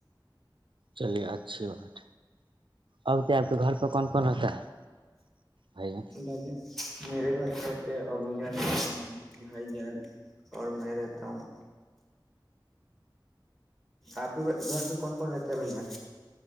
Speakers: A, on the right; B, in the centre.
A: چلیے اچھی بات اب تو آپ کے گھر پہ کون کون رہتا ہے بھائی جان
B: ال جے میرے گھر سے رہتے ابو جان بھ جان بھائی جان اور میں رہتا ہوں آپ گھر پہ کون کون رہتا ہے بھ جان